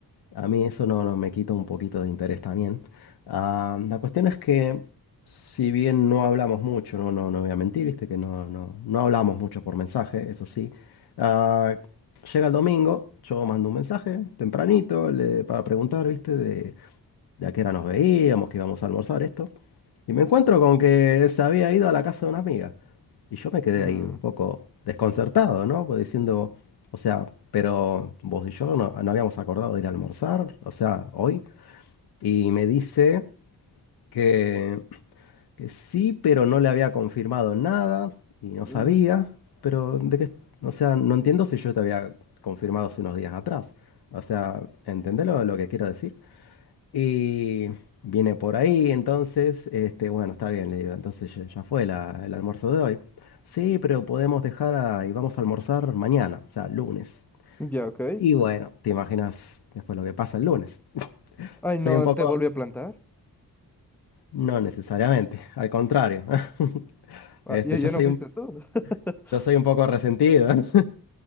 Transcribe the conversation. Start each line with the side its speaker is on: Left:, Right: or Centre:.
Left: a mí eso no, no me quita un poquito de interés también. Ah, la cuestión es que, si bien no hablamos mucho, no, no, no voy a mentir, viste que no, no, no hablamos mucho por mensaje, eso sí. Ah, llega el domingo, yo mando un mensaje tempranito le- para preguntar, viste, de de a qué hora nos veíamos, que íbamos a almorzar esto. Y me encuentro con que se había ido a la casa de una amiga. Y yo me quedé
Centre: Mm,
Left: ahí un poco desconcertado, ¿no? Pues diciendo, o sea, pero vos y yo no, no habíamos acordado de ir a almorzar, o sea, hoy. Y me dice que, que sí, pero no le había confirmado nada y no sabía,
Centre: ah,
Left: pero de qué, o sea, no entiendo si yo te había confirmado hace unos días atrás. O sea, ¿entendés lo, lo que quiero decir? Y viene por ahí, entonces, este, bueno, está bien, le digo, entonces ya, ya fue la- el almuerzo de hoy. Sí, pero podemos dejar a- y vamos a almorzar mañana, o sea, lunes.
Centre: ya, ok.
Left: Y bueno, te imaginas después lo que pasa el lunes.
Centre: Ay,
Left: Soy
Centre: no,
Left: un poco,
Centre: ¿te volví a plantar?
Left: no necesariamente, al contrario. <laughs>
Centre: Ah,
Left: Este,
Centre: ¿ya,
Left: yo
Centre: ya
Left: soy
Centre: no fuiste
Left: un,
Centre: tú? <laughs>
Left: yo soy un poco resentido. <laughs>